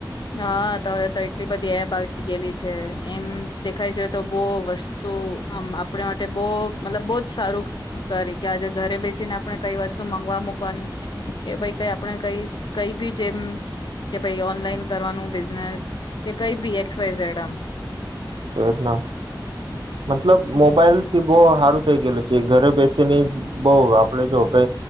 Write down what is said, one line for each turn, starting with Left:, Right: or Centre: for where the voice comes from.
Left: હા તવે તઈ એટલી બધી એપ આવી ગયેલી છે એમ દેખાય જ તો બહુ વસ્તુ આમ આપણે માટે બહ મતલબ બહુ જ સારું કરી કે આજે ઘરે બેસીને આપણે કઈ વસ્તુ મગવા મૂકવાની, કે ભાઈ કઈ આપણે કઈ કઈ બી જેમ કે ભાઈ ઓનલાઈન કરવાનું બિઝનેસ, કે કઈ બીએક્સ વાઈઝડમ.
Right: રીના મતલબ
Left: હમ
Right: મોબાઈલ થી બહ હાર ચાલુ થઈ ગયેું છે ઘરે બેસીની બહ આપડે જો કે,